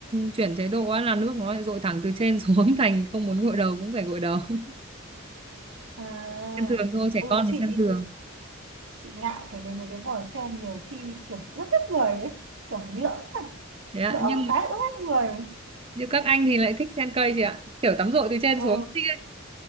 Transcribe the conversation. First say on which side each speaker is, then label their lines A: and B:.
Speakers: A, on the right; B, on the right.
A: chuyển chế độ á là nước nó lại dội thẳng từ trên xuống <laughs> thành không muốn gội đầu cũng phải gội đầu <laughs>
B: à
A: sen thường thôi trẻ
B: ừ
A: con
B: chị
A: thì sen thường
B: chị ngại cái cái mấy cái vòi sen nhiều khi kiểu ướt hết người ấy kiểu mình lỡ rồi,
A: đấy ạ
B: lỡ
A: nhưng
B: một cái
A: mà-
B: ướt hết người
A: nhưng các anh thì lại thích sen cây chị ạ kiểu tắm dội từ trên
B: ừ
A: xuống Thích